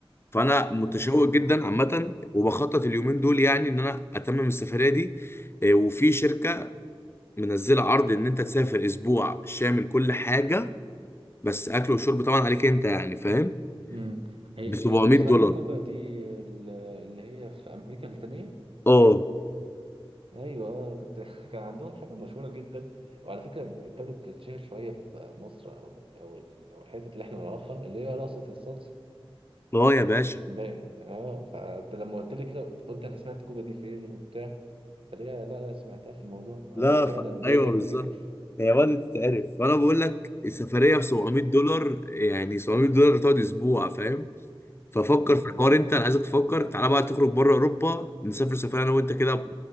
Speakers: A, on the left; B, on the right.
A: فانا متشوق
B: مم.
A: جدا عامه وبخطط اليومين دول يعني ان انا اتمم السفريه دي إيه، وفي شركه منزله عرض ان انت تسافر اسبوع شامل كل حاجه بس اكل وشرب طبعا عليك انت يعني فاهم
B: مم. هي
A: ب 700
B: هي مش
A: دولار
B: صحيح كوبا دي ال- اللي هي في امريكا اللاتينيه
A: اه
B: ايوه آه، كنت <laughs> كان عندهم حاجه مشهوره جدا وعلى فكره ابتدت تتشهر شويه في مصر او او ال- او الحتت اللي احنا نعرفها اللي هي رقصه الصلصه
A: اه يا باشا
B: كان دايما اه فانت لما قلت لي كده قلت انا سمعت كوبا دي فين وبتاع قلت لي لا لا سمعتها في الموضوع اه
A: لا
B: ده فعلا
A: ف...
B: وبيقول
A: ايوه
B: لك
A: بالظبط
B: ال-
A: هي بدأت تتعرف فانا بقول لك السفريه ب 700 دولار يعني 700 دولار تقعد اسبوع فاهم ففكر
B: ايوه
A: في الحوار
B: لا
A: انت انا عايزك تفكر تعالى بقى تخرج بره اوروبا نسافر سفريه انا وانت كده